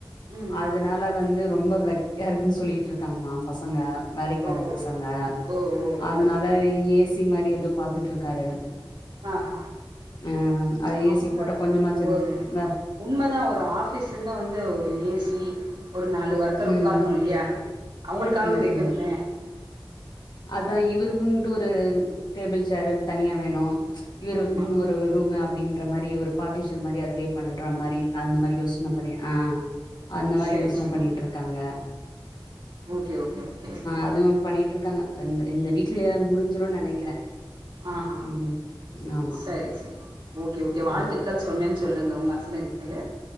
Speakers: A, on the right; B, on the left.
A: ம்
B: அதுனால
A: ம்
B: வந்து ரொம்ப வெக்கையா இருக்குன்னு சொல்லிட்டு இருக்காங்களா பசங்க வேலைக்கு
A: ஓ
B: வர பசங்க
A: ஓ ஓ ஓ
B: அதுனால
A: ஓ
B: ஏ சி மாரி எதுவு பாத்துட்ருக்காரு
A: ஆ ஆ
B: அ அது
A: ஆமாங்க
B: ஏசி போட்டா கொஞ்சமாச்சு
A: ஒரு
B: வே
A: உண்மைதா ஒரு ஆஃபீஸ்ன்னா வந்து ஒரு ஏ சி ஒரு நாலு ஒர்க்கர்
B: ம்
A: உட்காரணு இல்லையா அவங்களுக்காவது
B: ம்
A: வைக்கணுமே
B: ம் அதா இவருக்குன்ட்டு ஒரு டேபிள் சேருனு தனியா வேணு இவரு
A: ஆமா
B: இப்டின்னு ஒரு ரூம் அப்படின் மாரி ஒரு பார்டி டிஷன் மாரி அதுலே பண்ற மாரி அந்த மாரி யோசன பண்ணி ஆ அந்த மாரி
A: சேரி
B: யோசன
A: சேரி
B: பண்ணிட்டுருக்காங்க
A: ஓகே ஓகே ஓகே ஓகே
B: அதுவு பண்ணிட் இருக்காங்க இந்த இந்த வீக்லயை முடிஞ்சிரும் நெனைக்கறே
A: ஆஹா
B: ம் ஆமா
A: சரி சரி ஓகே ஓகே வாழ்த்துக்கள்
B: ம்
A: சொன்னேன்னு சொல்லுங்க உங்க ஹஸ்பண்ட்க்கு